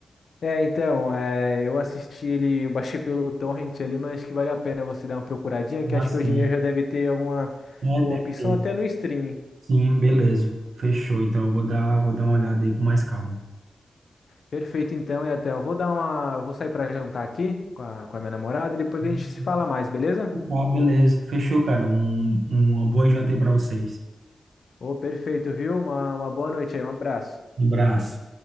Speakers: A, on the left; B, on the right.
A: É, então, é, eu assisti ele, eu baixei pelo torrent ali, mas acho que vale a pena você dar uma procuradinha, que
B: Ah,
A: acho
B: sim.
A: que hoje em dia já deve ter alguma,
B: É,
A: alguma
B: deve
A: opção
B: ter.
A: até no streaming.
B: Sim, beleza. Fechou. Então eu vou dar, vou dar uma olhada aí com mais calma.
A: Perfeito, então, e até eu vou dar uma, eu vou sair para jantar aqui com a, com a minha namorada e depois
B: Ah,
A: a gente se fala mais, beleza?
B: Tá, beleza. Fechou, cara. Um, uma boa janta aí pra vocês.
A: Ô, perfeito, viu? Uma, uma boa noite aí, um abraço.
B: Um abraço.